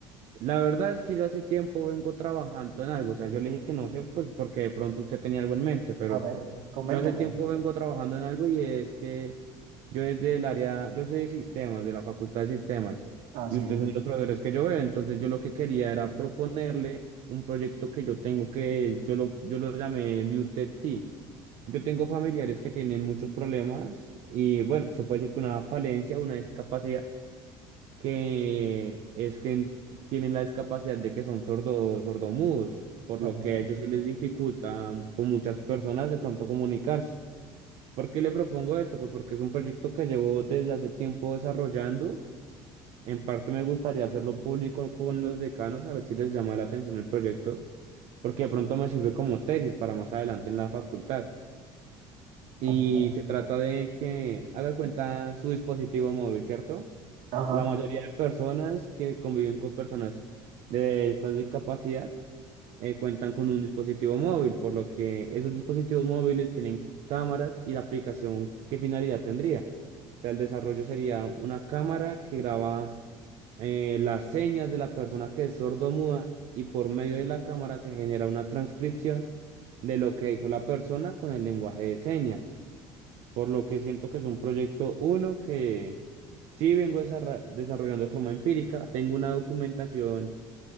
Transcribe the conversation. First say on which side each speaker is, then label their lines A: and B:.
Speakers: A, on the right; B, on the right.
A: la verdad es que yo hace tiempo vengo trabajando en algo, o sea, yo le dije que no sé, pues porque de pronto usted tenía algo en mente, pero
B: a ver, coméntame.
A: Yo hace tiempo vengo trabajando en algo y es que yo desde el área, yo soy de sistemas, de la Facultad de Sistemas,
B: Así
A: y usted es uno de los profesores que yo veo, entonces yo lo que quería era proponerle un proyecto que yo tengo que, yo lo, yo lo llamé Muted T. Yo tengo familiares que tienen muchos problemas y bueno, se puede decir que una falencia, una discapacidad, que es que tienen la discapacidad de que son sordos, sordomudos, por
B: Ok,
A: lo que a ellos se les dificulta con muchas personas de pronto comunicarse. ¿Por qué le propongo esto? Pues porque es un proyecto que llevo desde hace tiempo desarrollando. En parte me gustaría hacerlo público con los decanos, a ver si les llama la atención el proyecto, porque de pronto me sirve como tesis para más adelante en la facultad. Y
B: ok.
A: se trata de que haga cuenta su dispositivo móvil, ¿cierto?
B: Ajá,
A: La mayoría de personas que conviven con personas de esta discapacidad eh, cuentan con un dispositivo móvil, por lo que esos dispositivos móviles tienen cámaras y la aplicación, ¿qué finalidad tendría? O sea, el desarrollo sería una cámara que graba eh, las señas de la persona que es sordomuda y por medio de la cámara se genera una transcripción de lo que dijo la persona con el lenguaje de señas, por lo que siento que es un proyecto uno que sí vengo desarra- desarrollando de forma empírica, tengo una documentación